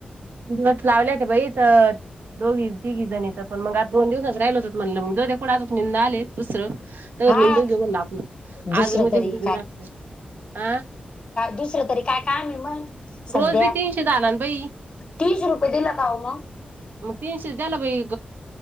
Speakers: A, on the right (about 80°); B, on the left (about 30°).
A: दिवस लावल्यात बाई इथं... दोघी तिघी जणीचं पण मग आज दोन दिवसच राहिलच हो म्हणलं मग द दे कोच निंद आले. दुसरं...... तर
B: हा
A: निदून घेऊन लापलं
B: दुसरं
A: आजून म
B: तरी
A: उलणार....
B: दुसऱ्या तरी.... काय काम आणि मग सध्या,
A: रोज बी तीनशे झाला ना बाई
B: तीनशे रुपये दिल का ओ मग......
A: मग तीनशे द्याला बाई,